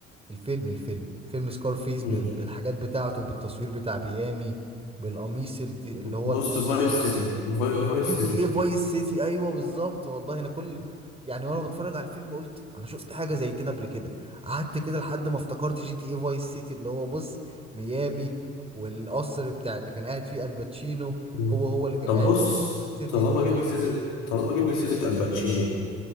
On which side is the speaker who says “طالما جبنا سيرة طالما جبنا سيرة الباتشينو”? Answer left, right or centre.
Left